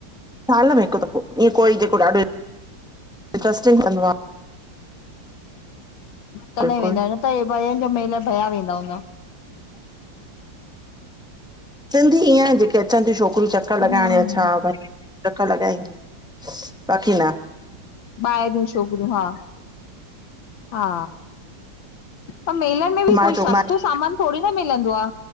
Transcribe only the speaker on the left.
तॾहिं
वेंदा आयूं न त हे भयन जो मेला भया वेंदा हूंदा।
हम्म
ॿाहिरियूं छोकरियूं, हा, हा, पर मेलन में बि
कोई
सस्तो सामान थोड़ी न मिलंदो आ